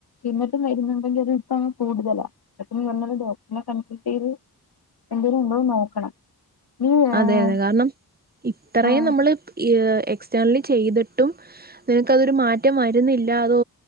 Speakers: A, on the left; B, on the right.
A: ന്ന്ട്ടും വരുന്നുണ്ടങ്കി അത് ഇപ്പ ആ കൂടുതലാ <unintelligible> ഡോക്ടറിനെ കൺസൾട്ടയ്ത് എന്തേലും ഉണ്ടോന്ന് നോക്കണം നീ ഏഹ്
B: അതെ അതെ കാരണം ഇത്രയും
A: ആഹ്
B: നമ്മള് എ എക്സ്റ്റേൺലി ചെയ്ത്ട്ടും നിനക്കതൊരു മാറ്റം വരുന്നില്ല അതോ